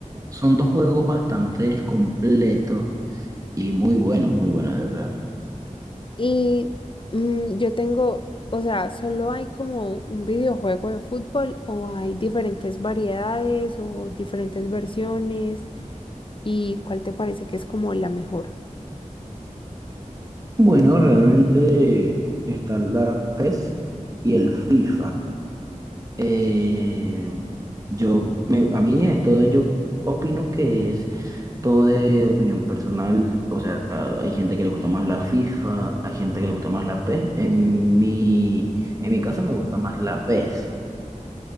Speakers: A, on the right (about 25°); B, on the left (about 40°).
A: son dos juegos bastante completos y muy buenos, muy buenos, de verdad.
B: Y mm, yo tengo, o sea, solo hay como un videojuego de fútbol o hay diferentes variedades o diferentes versiones y cuál te parece que es como la mejor.
A: Bueno, realmente está la PES y el FIFA. Eh, yo, me- a mí esto yo opino que es Todo de opinión personal, o sea, hay gente que le gusta más la FIFA, hay gente que le gusta más la PES. En mi, en mi caso me gusta más la PES.